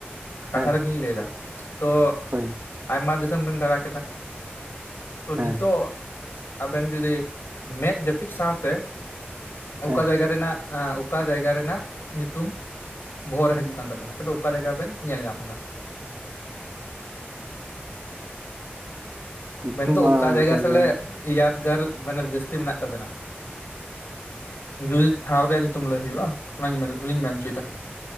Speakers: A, on the right; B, on the left.
A: ᱦᱮᱸ
B: ᱠᱟᱛᱷᱟ ᱨᱮᱜᱮᱞᱤᱧ ᱞᱟᱹᱭᱫᱟ ᱛᱚ
A: ᱦᱳᱭ
B: ᱟᱭᱢᱟ ᱫᱤᱥᱚᱢ ᱵᱮᱢ ᱫᱟᱬᱟ ᱠᱮᱫᱟ ᱛᱚ
A: ᱦᱮᱸ
B: ᱱᱤᱛᱳᱜ ᱟᱵᱮᱱ ᱡᱩᱫᱤ ᱢᱮᱫ ᱡᱟᱹᱯᱤᱫ ᱥᱟᱶᱛᱮ
A: ᱦᱮᱸ
B: ᱚᱠᱟ ᱡᱟᱭᱜᱟ ᱨᱮᱱᱟᱜ ᱟᱸᱻ ᱚᱠᱟ ᱡᱟᱭᱜᱟ ᱨᱮᱱᱟᱜ ᱧᱩᱛᱩᱢ ᱵᱚᱦᱚᱜ ᱨᱮ ᱦᱤᱡᱩᱜ ᱠᱟᱱ ᱛᱟᱵᱤᱱᱟ ᱥᱮ ᱚᱠᱟ ᱡᱟᱭᱜᱟ ᱵᱤᱱ ᱧᱮᱞ ᱧᱟᱢᱫᱟ
A: ᱱᱤᱛᱚᱜ
B: ᱢᱮᱱᱫᱚ ᱫᱚ
A: ᱢᱟ
B: ᱚᱠᱟ
A: ᱚᱱᱠᱟᱜᱮ
B: ᱡᱟᱭᱜᱟ ᱥᱟᱞᱮ ᱤᱭᱟᱹᱫᱜᱟᱨ ᱢᱟᱱᱮ ᱡᱟᱹᱥᱛᱤ ᱢᱮᱱᱟᱜ ᱛᱟᱵᱤᱱᱟ? ᱡᱩᱫᱤ ᱴᱷᱟᱶ ᱨᱮᱭᱟᱜ ᱧᱩᱛᱩᱢ ᱞᱟᱹᱭ ᱦᱩᱭᱩᱜᱼᱟ ᱚᱱᱟᱧ ᱢᱮᱱ ᱦᱚᱪᱚᱭᱮᱫᱟ